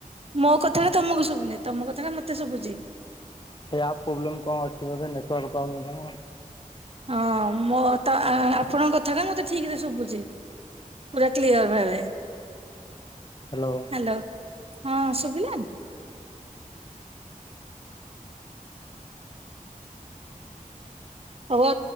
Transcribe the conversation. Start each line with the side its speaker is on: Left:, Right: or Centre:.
Right: ମୋ କଥାଟା ତମକୁ ଶୁଭୁନି ତମ କଥାଟା ମତେ ଶୁଭୁଛି।
Left: ଆ ପ୍ରୋବ୍ଲେମ୍ କଣ ଅଛି? ନେଟୱାର୍କ ପାଉନି କଣ
Right: ହଁ ମୋ ତ ଆପଣଙ୍କ କଥା ଟା ମତେ ଠିକ ରେ ଶୁଭୁଛି ପୁରା କ୍ଳିଅର ଭାବେ
Left: ହାଲୋ
Right: ହ୍ୟାଲୋ ହଁ ଶୁଭିଲା। ହଉଉ